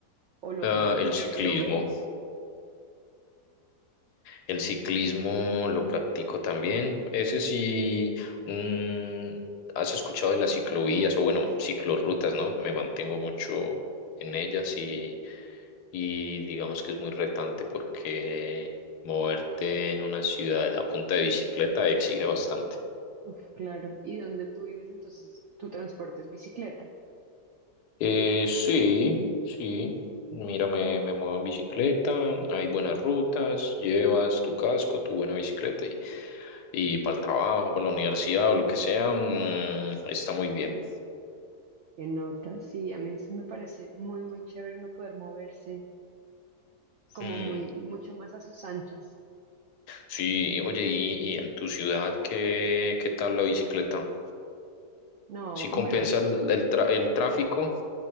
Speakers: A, on the right; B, on the left.
A: o lo
B: Ah,
A: practicas
B: el ciclismo,
A: o lo ves.
B: El ciclismo lo practico también. Ese sí, mm, ¿has escuchado de las ciclovías o bueno, ciclorrutas, ¿no? Me mantengo mucho en ellas y, y digamos que es muy retante porque moverte en una ciudad a punta de bicicleta exige bastante.
A: Uf, claro. ¿Y donde tú vives entonces tu transporte es bicicleta?
B: Eh, sí, sí. Mira, me, me muevo en bicicleta, hay buenas rutas, llevas tu casco, tu buena bicicleta y, y para el trabajo, para la universidad o lo que sea, mm, está muy bien.
A: ¿Qué nota? Sí, a mí eso me parece muy, muy chévere uno poder moverse como
B: Mm,
A: muy, mucho más a sus anchas.
B: sí, oye, y, y en tu ciudad qué, qué tal la bicicleta?
A: No,
B: ¿Sí compensa
A: bueno, s-
B: el, el, tra- el tráfico?